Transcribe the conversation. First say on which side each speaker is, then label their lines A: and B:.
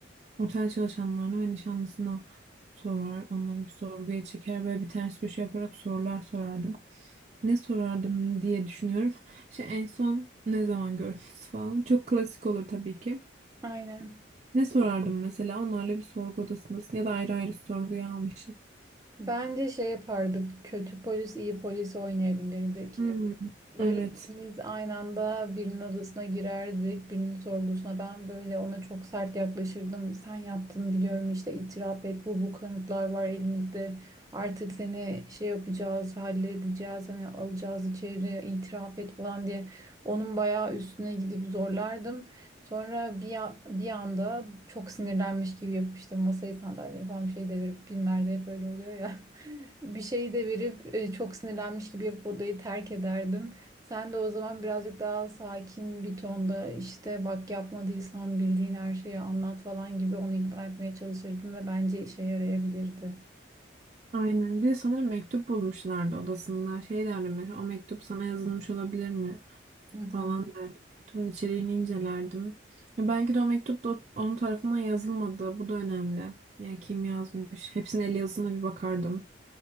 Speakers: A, on the right; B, on the right.
A: Otel çalışanlarına ve nişanlısına sorar. Onları bir sorguya çeker. Böyle bir ters köşe yaparak sorular sorardım. Ne sorardım diye düşünüyorum. İşte en son ne zaman gördünüz falan. Çok klasik olur tabii ki.
B: Aynen.
A: Ne sorardım mesela? Onlarla bir sorgu odasındasın ya da ayrı ayrı sorguya almışız.
B: Bence şey yapardık. Kötü polis, iyi polis oynayabilirdik.
A: Hmm, evet.
B: Böyle ikimiz aynı anda birinin odasına girerdik, birinin sorgusuna. Ben böyle ona çok sert yaklaşırdım. Sen yaptın biliyorum işte itiraf et. Bu bu kanıtlar var elimizde. Artık seni şey yapacağız, halledeceğiz. Hani alacağız içeri, itiraf et falan diye. Onun bayağı üstüne gidip zorlardım. Sonra bir, a- bir anda çok sinirlenmiş gibi yapıp işte masayı sandalyeyi falan bir şey devirip filmlerde hep böyle oluyor ya bir şey de verip e, çok sinirlenmiş gibi yapıp odayı terk ederdim. Sen de o zaman birazcık daha sakin bir tonda işte bak yapmadıysan bildiğin her şeyi anlat falan gibi onu ikna etmeye çalışırdın ve bence işe yarayabilirdi.
A: Aynen. Bir de sanırım mektup bulmuşlardı odasında. Şey derdim mesela o mektup sana yazılmış olabilir mi?
B: Hı hı.
A: falan derdim. Mektubun içeriğini incelerdim. Ya belki de o mektup da o- onun tarafından yazılmadı. Bu da önemli. Yani kim yazmış? Hepsinin el yazısına bir bakardım.